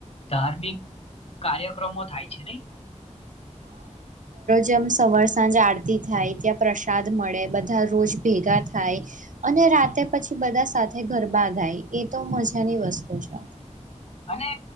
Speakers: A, on the left; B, on the right.
A: ધાર્મિક કાર્ય ક્રમો થાય છે નહી.
B: જેમ સવાર સાંજ આરતી થાય ત્યાં પ્રસાદ મળે બધા રોજ ભેગા થાય અને રાતે પછી બધા સાથે ગરબા ગાય એ તો મજાની વસ્તુ છે.
A: અને